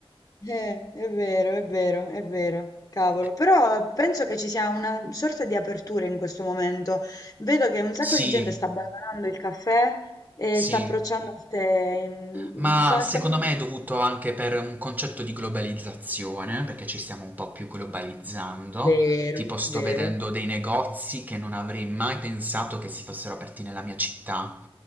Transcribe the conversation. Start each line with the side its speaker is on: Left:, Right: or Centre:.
Left: Eh, è vero, è vero, è vero. Cavolo,
Right: Eh,
Left: però penso che ci sia una sorta di apertura in questo momento. Vedo che un sacco
Right: sì,
Left: di gente sta abbandonando il caffè e
Right: sì.
Left: sta approcciando il tè. mm,
Right: Ma
Left: Sta,
Right: secondo
Left: stanno-
Right: me è dovuto anche per un concetto di globalizzazione, perché ci stiamo un po' più globalizzando.
Left: Vero,
Right: Tipo, sto
Left: vero.
Right: vedendo dei negozi che non avrei mai pensato che si fossero aperti nella mia città.